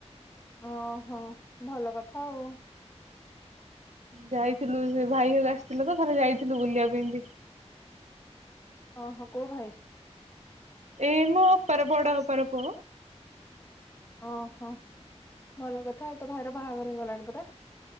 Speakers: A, on the left; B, on the right.
A: ଓହୋ ଭଲ କଥା ଆଉ।
B: ଯାଇଥିଲୁ ସେ ଭାଇ ହଇକା ଆସିଥିଲେ ତ ଥରେ ଯାଇଥିଲୁ ବୁଲିବାକୁ ଏମିତି।
A: ଓ ହୋ କୋଉ ଭାଇ?
B: ଏଇ ମୋ ଅପାର ବଡ ଅପାର ପୁଅ।
A: ଓହୋ ଭଲ କଥା ଆଉ ତୋ ଭାଇର ବାହାଘର ହେଇଗଲାଣି ପରା।